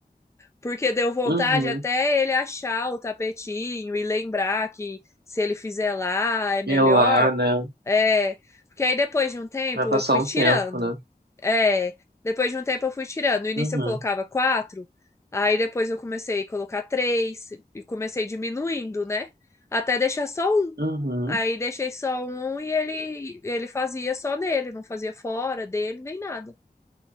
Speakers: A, on the left (about 15°); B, on the right (about 80°).
A: porque deu vontade
B: Uhum.
A: até ele achar o tapetinho e lembrar que se ele fizer lá é melhor.
B: E é lá, né?
A: É, porque aí depois de um tempo
B: Vai passar
A: eu fui
B: um
A: tirando.
B: tempo, né?
A: É, depois de um tempo eu fui tirando. No início
B: Uhum.
A: eu colocava quatro, aí depois eu comecei a colocar três e comecei diminuindo, né? Até deixar só um.
B: Uhum.
A: Aí deixei só um e ele ele fazia só nele, não fazia fora dele nem nada.